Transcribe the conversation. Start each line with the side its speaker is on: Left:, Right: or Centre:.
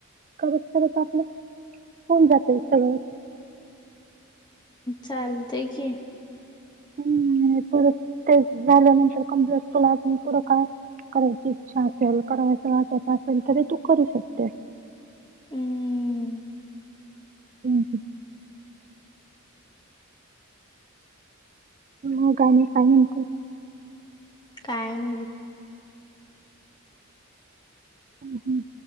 Right: करत करत आपलं. होऊन जातय सगळ्.
Left: चालतेय की.
Right: हम्म परत ते झाल्यानंतर कॅम्पुटर क्लास अन पुढे काय? करायची इच्छा असेल करायचं वाटत असेल तरी तू करू शकतेस.
Left: हम्म
Right: हम्म. मगं आणि काय म्हणते?
Left: काय नाही बघ.
Right: हम्म हम्म.